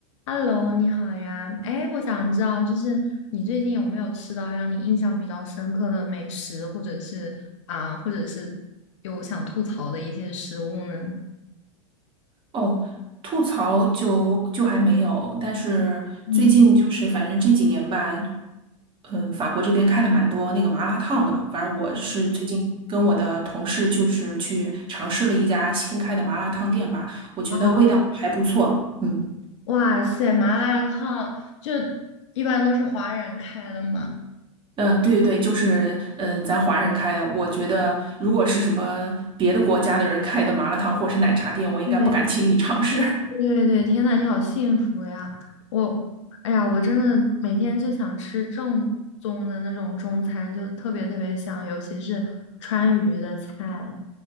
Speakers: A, on the left (about 60°); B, on the right (about 30°).
A: Hello，你好呀。哎，我想知道，就是你最近有没有吃到让你印象比较深刻的美食，或者是啊，或者是有想吐槽的一些食物呢？
B: 哦，吐槽就就还没有，但是最近就是反正这几年吧，
A: 嗯，
B: 嗯，法国这边开了蛮多那个麻辣烫的，反正我是最近跟我的同事就是去尝试了一家新开的麻辣烫店吧，我觉得味道还不错，
A: 啊，
B: 嗯。
A: 哇塞，麻辣烫就一般都是华人开的嘛。
B: 嗯，呃对对对，就是嗯，呃咱华人开的，我觉得如果是什么别的国家的人开的麻辣烫或是奶茶店，我应该不敢轻易尝试。
A: 对对对，天呐，你好幸福呀！我，哎呀，我真的每天就想吃正宗的那种中餐，就特别特别香，尤其是川渝的菜。